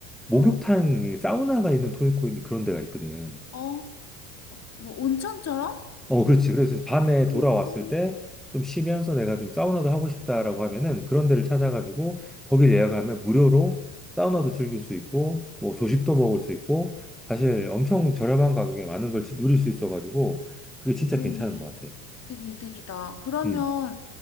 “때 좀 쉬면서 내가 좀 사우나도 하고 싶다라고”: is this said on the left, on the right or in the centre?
Centre